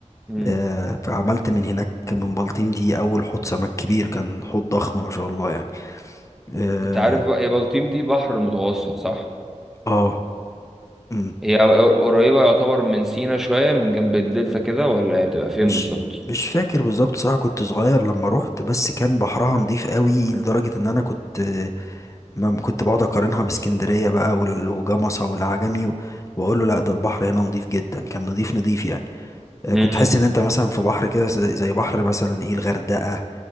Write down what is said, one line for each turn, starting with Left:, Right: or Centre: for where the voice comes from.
Centre: مم.
Left: آه، فعملت من هناك من بلطيم دي أول حوض سمك كبير كان حوض ضخم ما شاء الله يعني اه
Centre: انت عارف بقى يا بلطيم دي بحر متوسط صح
Left: آه، مم.
Centre: هي قر- قريبة يعتبر من سينا شوية من جنب الدلتا كده ولا هي بتبقى فين
Left: مش
Centre: بالظبط
Left: مش فاكر بالظبط صراحة كنت صغير لما روحت بس كان بحرها نضيف قوي لدرجة ان انا كنت ما كنت بقعد اقارنها باسكندريه بقى وال- وجمصه والعجمي و- واقول له لا ده البحر هنا نضيف جدا كان نضيف نضيف يعني آه،
Centre: امم
Left: كنت حاسس ان انت مثلا في بحر كده زي زي بحر مثلا ايه الغردقه